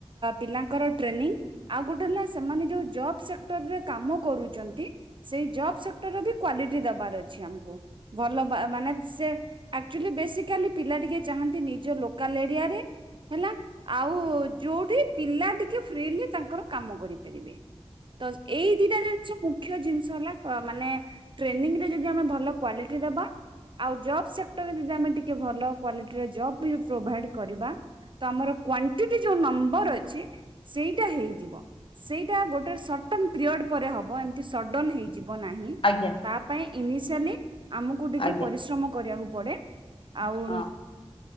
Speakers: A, on the right (about 50°); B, on the left (about 55°).
A: ପିଲାଙ୍କର ଟ୍ରେନିଂ ଆଉ ଗୋଟେ ହେଲା ସେମାନେ ଯୋଉ ଜବ୍ ସେକ୍ଟର୍ ରେ କାମ କରୁଚନ୍ତି। ସେଇ ଜବ୍ ସେକ୍ଟର୍ ର ବି କ୍ଵାଲିଟି ଦବାର୍ ଅଛି ଆମକୁ ଭଲ ବା ମାନେ ସେ ଆକ୍ଚୁଲି ବେସିକାଲି ପିଲା ଟିକେ ଚାହାନ୍ତି ନିଜ ଲୋକାଲ୍ ଏରିଆରେ। ହେଲା ଆଉ ଯୋଉଠି ପିଲା ଟିକେ ଫ୍ରିଲି ତାଙ୍କର କାମ କରିପାରିବେ। ତ ଏଇ ଦିଟା ଜିନ୍ଷ ମୁଖ୍ୟ ଜିନ୍ଷ ହେଲା ମାନେ ଟ୍ରେନିଂ ରେ ଯୋ ଆମେ ଭଲ କ୍ୱଲିଟି ଦବା। ଆଉ ଜବ୍ ସେକ୍ଟରରେ ଯଦି ଆମେ ଟିକେ ଭଲ କ୍ଵାଲିଟିର ଜବ୍ ବି ପ୍ରୋଭାଇଡ କରିବା। ତ ଆମର କ୍ଵାଣ୍ଟିଟି ଯୋଉ ନମ୍ବର୍ ଅଛି ସେଇଟା ହେଇଯିବ। ସେଇଟା ଗୋଟେ ସଟନ୍ ପିରିୟଡ ପରେ ହବ ଏମ୍ତି ସଡନ୍ ହେଇଯିବ ନାହିଁ।
B: ଆଜ୍ଞା।
A: ତା ପାଇଁ ଇନିସିଆଲି ଆମୁକୁ ଟିକେ
B: ଆଜ୍ଞା
A: ପରିଶ୍ରମ କରିବାକୁ ପଡେ, ଆଉ
B: ହଁ